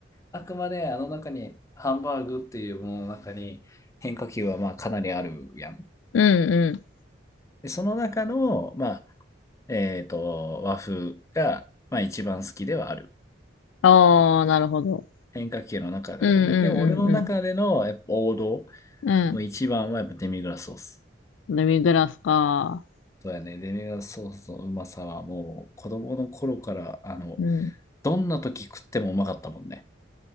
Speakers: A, on the left; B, on the left.
A: あくまであの中にハンバーグっていうものの中に変化球はまあかなりあるやん。
B: うん、うん、
A: で、その中の、まあ、えっと、和風が、まあ、一番好きではある。
B: ああ、なるほど。
A: 変化球の中だね。
B: うんうんう
A: でも俺の中でのやっぱ王道、
B: んうんうん。
A: もう一番はやっぱデミグラスソース。
B: デミグラスか。
A: そうやね、デミグラスソースのうまさはもう子供の頃から、あの、
B: うん。
A: どんな時食ってもうまかったもんね。